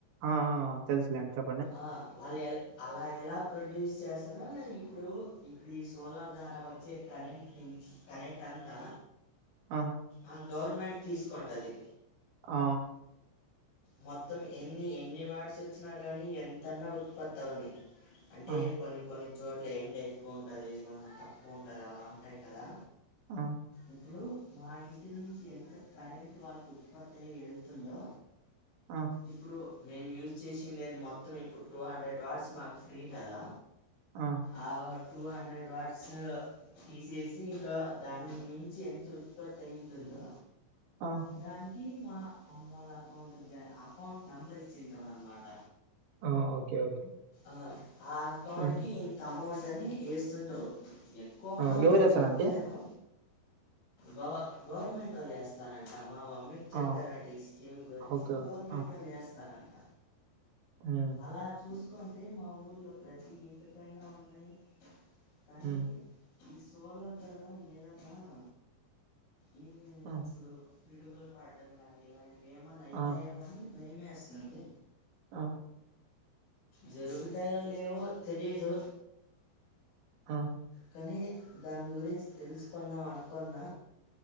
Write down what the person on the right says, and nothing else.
ఆ ఆ తెలుసులేండి చెప్
అవు
ఆ
ఆ!
అవును
ఆ
ఆ
ఆ
ఆ ఓకే ఓకే
ఆ!
ఆ! ఎవరేశారండి?
ఆ!
ఓకే.
ఓకే.
ఉమ్
హ్మ్.
ఆ!
ఆ!
అ
ఆ